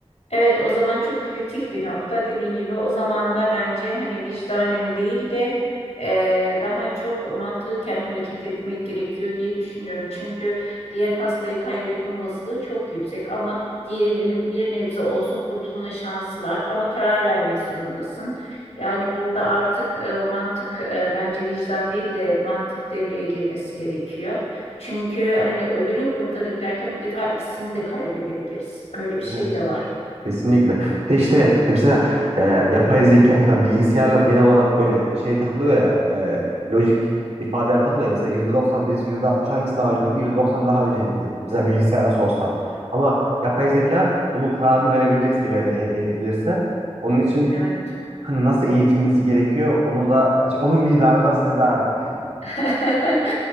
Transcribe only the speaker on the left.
Evet, o zaman çok kritik bir nokta. Dediğin gibi o zaman da bence hani vicdanen değil de eee, daha çok mantıken hareket etmek gerekiyor diye düşünüyorum. Çünkü diğer hastayı kaybetme olasılığı çok yüksek ama diğerinin bir nebze olsun kurtulma şansı var. Ama karar vermek zorundasın. Yani burada artık eee, mantık eee, bence vicdan değil de mantık devreye girmesi gerekiyor. Çünkü hani öbürünü kurtarayım derken bu defa ikisini de kaybedebiliriz. Öyle bir şey
de var.
Evet.
<laughs>